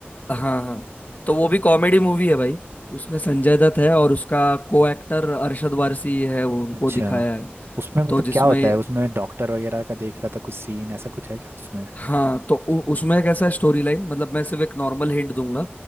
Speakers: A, on the left; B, on the right.
A: हाँ हाँ तो वो भी कॉमेडी मूवी है भाई उसमें संजय दत्त है और उसका को एक्टर अरशद वारसी है वो उनको
B: अच्छा
A: दिखाया है
B: उसमें मतलब
A: तो जिसमें
B: क्या होता है उसमें डॉक्टर वगैरह का देख रहा था कुछ सीन ऐसा कुछ है क्या उसमें
A: हाँ तो उ, उसमें कैसा स्टोरी लाइन मतलब मैं सिर्फ एक नॉर्मल हिंट दूंगा